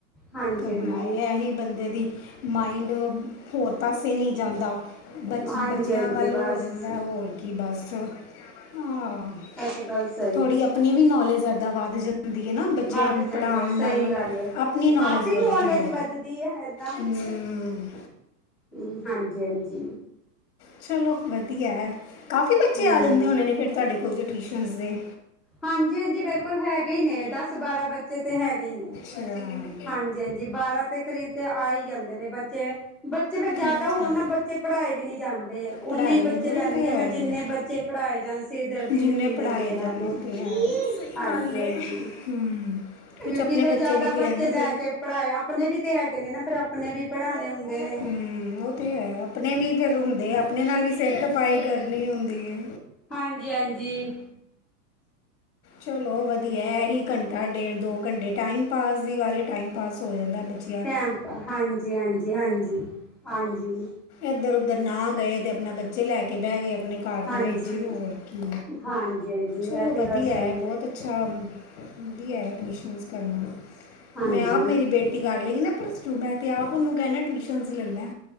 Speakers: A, in the centre; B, on the left.
A: ਹਾਂਜੀ-ਹਾਂਜੀ।
B: ਕਰਨਾ ਐ ਹੀ ਬੰਦੇ ਦੀ ਮਾਇੰਡ ਹੋਰ ਪਾਸੇ ਨਈ ਜਾਂਦਾ। ਬਚ
A: ਹਾਂਜੀ-ਹਾਂਜੀ
B: ਬੱਚਿਆਂ ਵੱਲ
A: ਬਸ
B: ਹੋ ਜਾਂਦਾ ਹੋਰ ਕੀ ਬਸ ਹਾਂ।
A: ਅੱਜ ਕਲ ਸੇ
B: ਥੋੜ੍ਹੀ ਆਪਣੀ ਵੀ ਨੌਲੇਜ ਏਦਾਂ ਵੱਧ ਜਾਂਦੀ ਹੈ ਨਾ ਬੱਚਿਆਂ
A: ਵੱਧ
B: ਨੂੰ
A: ਜਾਂਦੀ
B: ਪੜ੍ਹਾਣ
A: ਹੈ ਸਹੀ
B: ਨਾਲ
A: ਗੱਲ ਏ।
B: ਆਪਣੀ ਨੌਲੇਜ
A: ਕਾਫ਼ੀ
B: ਤੇ ਵੱਧਦੀ
A: ਨੌਲੇਜ
B: ਆ
A: ਵੱਧਦੀ ਹੈ ਏਦਾਂ
B: ਹੂੰ।
A: ਹੂੰ ਹਾਂਜੀ-ਹਾਂਜੀ
B: ਚਲੋ ਵਧੀਆ ਕਾਫੀ ਬੱਚੇ
A: ਹੂੰ
B: ਆ ਜਾਂਦੇ ਹੋਣੇ ਨੇ ਫਿਰ ਤੁਹਾਡੇ ਕੋਲ ਕੂਲ ਦੇ ਟਿਊਸ਼ਨਸ ਦੇ
A: ਹਾਂਜੀ-ਹਾਂਜੀ ਬਿਲਕੁਲ ਹੈਗੇ ਹੀ ਨੇ ਦਸ ਬਾਰਾਂ ਬੱਚੇ ਤੇ ਹੈਗੇ ਹੀ ਨੇ।
B: ਹੂੰ
A: ਹਾਂਜੀ ਹਾਂਜੀ ਬਾਰਾਂ ਦੇ ਕਰੀਬ ਤੇ ਆ ਹੀ ਜਾਂਦੇ ਨੇ ਬੱਚੇ ਬੱਚੇ ਫੇਰ ਜਿਆਦਾ
B: ਅੱਛਾ
A: ਹੋਣ ਨਾ ਬੱਚੇ ਪੜ੍ਹਾਏ ਵੀ ਨਹੀਂ ਜਾਂਦੇ
B: ਪੜ੍ਹਾਈ
A: ਉਨੇ ਹੀ
B: ਵੀ
A: ਬੱਚੇ
B: ਨਹੀਂ
A: ਲੈਂਦੀ
B: ਤੇ
A: ਆ
B: ਆਈ
A: ਮੈਂ ਜਿੰਨੇ ਬਚੇ ਚੇ ਪੜਾਏ ਜਾਂਣ ਸਿਰਦਰਦੀ ਲਿੱਤੀ
B: ਜਿੰਨੇ ਪੜ੍ਹਾਏ
A: ਜਾਂਦੀ ਇਹਨਾਂ
B: ਜਾਣ
A: ਦੀ
B: ਉਹ ਤੇ ਹੈ ਸਹੀ
A: ਹਾਂਜੀ
B: ਗੱਲ ਹੈ
A: ਹਾਂਜੀ
B: ਹਮ ਕੁਝ
A: ਕਿਉਂਕਿ
B: ਆਪਣੇ
A: ਫੇਰ ਜ਼ਿਆਦਾ
B: ਵੀ ਤੇ
A: ਬੱਚੇ
B: ਹੈ ਨਾ
A: ਲੈ
B: ਫਿਰ
A: ਕੇ ਪੜ੍ਹਾਏ ਆਪਣੇ ਵੀ ਤੇ ਹੈਗੇ ਨੇ ਨਾ ਫੇਰ ਆਪਣੇ ਵੀ ਪੜ੍ਹਾਉਣੇ ਹੁੰਦੇ ਨੇ
B: ਹਮ ਉਹ ਤੇ ਹੈ ਆਪਣੇ ਵੀ ਫਿਰ ਹੁੰਦੇ ਆਪਣੇ ਨਾਲ ਵੀ ਸਿਰ ਖਪਤ ਸਪਾਈ ਕਰਨੀ ਹੁੰਦੀ ਏ
A: ਹਾਂਜੀ ਹਾਂਜੀ ਹਾਂਜੀ
B: ਚਲੋ ਵਧੀਆ ਇਹੀ ਘੰਟਾ ਡੇਢ ਦੋ ਘੰਟੇ ਟਾਈਮ ਪਾਸ ਦੀ ਗੱਲ ਏ ਟਾਈਮ ਪਾਸ ਹੋ ਜਾਂਦਾ ਬੱਚਾ
A: ਟੈਂਮਪਾਸ ਹਾਂਜੀ ਹਾਂਜੀ ਹਾਂਜੀ ਹਾਂਜੀ
B: ਇਧਰ ਉਧਰ ਨਾ ਗਏ ਤੇ ਆਪਣੇ ਬੱਚੇ ਲੈ ਕੇ ਬਹਿ ਗਏ ਆਪਣੇ ਘਰ
A: ਹਾਂਜੀ
B: ਦੇ ਵਿੱਚ ਹੀ ਹੋਰ ਕੀ
A: ਹਾਂਜੀ ਹਾਂਜੀ
B: ਚਲੋ
A: ਐ ਤੇ
B: ਵਧੀਆ
A: ਗੱਲ ਸਹੀ
B: ਹੈ ਬਹੁਤ
A: ਆ
B: ਅੱਛਾ ਵਧੀਆ ਟਿਊਸ਼ਨਸ ਕਰਨਾ
A: ਹਾਂਜੀ
B: ਮੈਂ ਆਪ ਮੇਰੀ ਬੇਟੀ ਕਰ ਲਈਗੀ ਨਾ ਪਲੱਸ ਟੂ ਮੈਂ ਤੇ ਆਪ ਉਹਨੂੰ ਕਹਿਣਾ ਟਿਊਸ਼ਨਸ ਲੈ ਲੈ